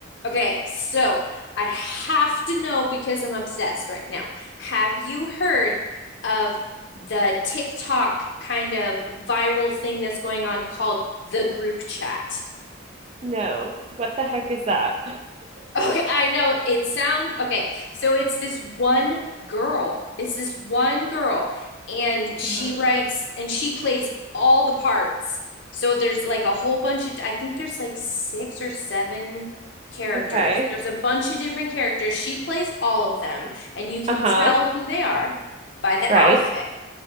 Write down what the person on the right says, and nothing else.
No. What the heck is that?
Uh-huh.
Okay.
Uh-huh.
Right.